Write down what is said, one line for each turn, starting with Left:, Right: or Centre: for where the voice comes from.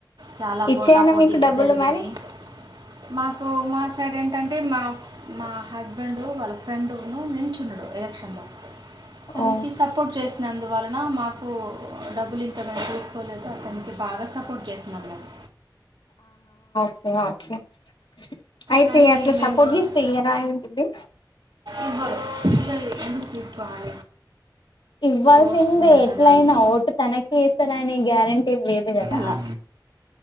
Right: చాలా
Left: ఇచ్చేయనా
Right: పోటాపోటీగా
Left: మీకు డబ్బులు
Right: జరిగినాయి
Left: మరి
Right: మాకు మా సైడ్ ఏంటంటే మా మా హస్బెండు వాళ్ళ ఫ్రెండును నిల్చు ఉన్నాడు ఎలక్షన్ లో తనకి
Left: ఓ
Right: సపోర్ట్ చేసినందువలన మాకు డబ్బులు ఇంత మేము చేసు కోలేదు అతనికి బాగా సపోర్ట్ చేసినాం మేమ్
Left: ఓ <inaudible> అయితే
Right: కానీ
Left: ఎట్ల
Right: మేము
Left: సపోర్ట్ చేస్తే ఇయ్యరా ఏంటిద్ది
Right: ఇవ్వరు ఇగ ఎందుకు తీసుకోవాలి
Left: ఇవ్వాల్సిందే
Right: క్లోజ్ ఫ్రెండ్
Left: ఎట్ల
Right: కదా
Left: అయినా
Right: అని
Left: ఓటు తనకే ఏస్తారనే గ్యారెంటీ ఏం లేదు కదా
Right: అలా